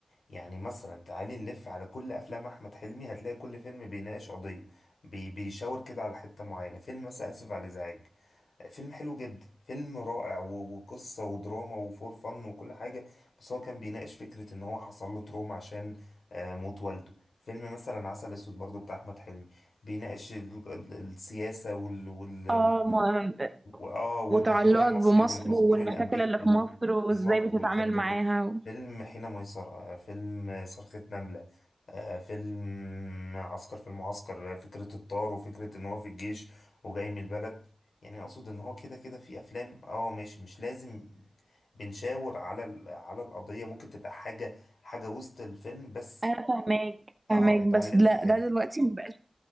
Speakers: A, on the left; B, on the right.
A: يعني مثلا تعالي نلف على كل افلام احمد حلمي هتلاقي كل فيلم بيناقش قضيه بي بيشاور كده على حته معينه فيلم مثلا اسف على الازعاج فيلم حلو جدا فيلم رائع و- وقصه ودراما وفور فن وكل حاجه بس هو كان بيناقش فكره ان هو حصل له تروما عشان آه، موت والده فيلم مثلا عسل اسود برضه بتاع احمد حلمي بيناقش ال- ال- السياسه وال وال
B: اه ما
A: واه والباسبور
B: وتعلقك
A: المصري
B: بمصر
A: والباسبور
B: والمشاكل
A: الامريكي
B: اللي في
A: و-
B: مصر وازاي
A: بالظبط
B: بتتعامل
A: والكلام ده
B: معاها
A: كله فيلم حين ميسرة آه، فيلم صرخة نملة آه، فيلم عسكر في المعسكر آه، فكرة الطار وفكرة ان هو في الجيش وجاي من البلد يعني اقصد ان هو كده كده في افلام اه ماشي مش لازم بنشاور على ال- على القضية ممكن تبقى حاجة حاجة وسط الفيلم بس
B: انا فاهماك فاهماك
A: اه اتعلمت
B: بس لا
A: حاجة
B: ده دلوقتي ما بقاش